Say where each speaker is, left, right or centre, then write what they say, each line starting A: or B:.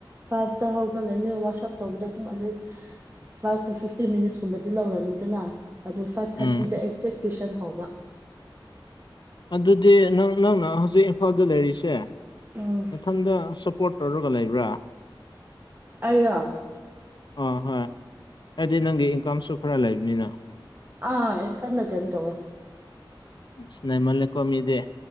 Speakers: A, on the right (about 25°); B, on the left (about 60°).
A: ꯐꯥꯏꯚꯇ ꯍꯧꯒꯠꯂꯅꯤ ꯋꯥꯁꯞ ꯇꯧꯕꯗ at least five to fifteen minutes ꯀꯨꯝꯕꯗꯤ ꯂꯧꯔꯅꯤꯗꯅ ꯑꯗꯨ ꯐꯥꯏꯚ ꯊꯥꯔꯇꯤꯗ
B: ꯎꯝ
A: ꯑꯦꯛꯖꯦꯛ ꯇꯨꯏꯁꯟ ꯍꯧꯕ
B: ꯑꯗꯨꯗꯤ ꯅꯪ ꯅꯪꯅ ꯍꯧꯖꯤꯛ ꯏꯝꯐꯥꯜꯗ ꯂꯩꯔꯤꯁꯦ
A: ꯎꯝ
B: ꯅꯊꯟꯗꯁꯨꯝ ꯄꯣꯠ ꯇꯧꯔꯒ ꯂꯩꯕ꯭ꯔꯥ
A: ꯑꯩꯔꯣ
B: ꯍꯣꯏ ꯍꯣꯏ ꯍꯥꯏꯗꯤ ꯅꯪꯗꯤ ꯏꯟꯀꯝꯁꯨ ꯈꯔ ꯂꯩꯕꯅꯤꯅ
A: ꯑ ꯏꯊꯟꯗ ꯀꯩꯅꯣ ꯇꯧꯋꯦ
B: ꯏꯁ ꯅꯩꯃꯜꯂꯦꯀꯣ ꯃꯤꯗꯤ